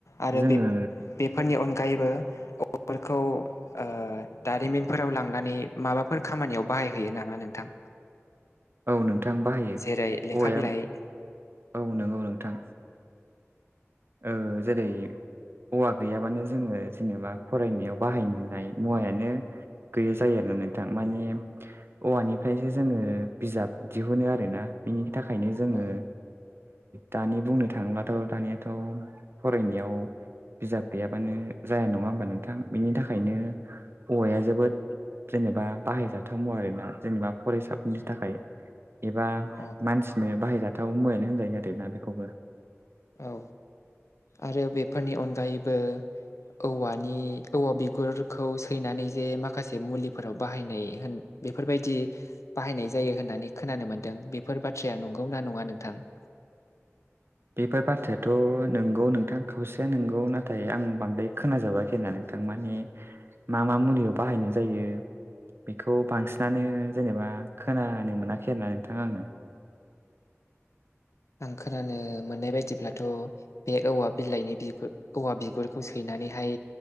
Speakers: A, on the left (about 70°); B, on the right (about 50°).
A: आरो
B: जोङो
A: बे बेफोरनि अनगायैबो औवाफोरखौ ओ दारिमिनफोराव लांनानै माबाफोर खामानियाव बाहायहैयो नामा नोंथां?
B: औ नोंथां बाहायो।
A: जेरै लेखा
B: औवाया
A: बिलाइ
B: औ नंगौ नोंथां। ओ जेरै औवा गैयाबानो जोङो जेनेबा फरायनायाव बाहायनाय मुवायानो गैया जायो आरो ना नोंथां। माने औवानिफ्रायसो जोङो बिजाब दिहुनो आरो ना बिनि थाखायनो जोङो
A: औ
B: दानि बुंनो थाङोब्लाथ' दानिया थ' फरायनायाव बिजाब गैयाबानो जाया नङा होमबा नोंथां बिनि थाखायनो हौवाया जोबोद जेनेबा बाहायजाथाव आरोना जेनेबा फरायसाफोरनि थाखाय एबा
A: औ
B: मानसिनो बाहायजाथाव मुआयानो होनजायो आरोना बेखौबो
A: औ आरो बेफोरनि अनगायैबो औवानि औवा बिगुरखौ सोयनानै जे माखासे मुलिफोराव बाहायनाय होन बेफोरबायदि बाहायनाय जायो होननानै खोनानो मोन्दों बेफोर बाथ्राया नंगौ ना नङा नोंथां <unintelligible>
B: बेफोर बाथ्रायाथ' नोंगौ नोंथां खावसेया नोंगौ नाथाय आं बांद्राय खोनाजाबखो नोंथां माने मा मा मुलियाव बाहायनाय जायो बेखौ बांसिनानो जेनेबा खोनानो मोनाखै आरो नोंथाङा आङो
A: आं खोनानो मोननाय बायदिब्लाथ' बे औवा बिलाइनि बिगुर औवा बिगुरखौ सोयनानैहाय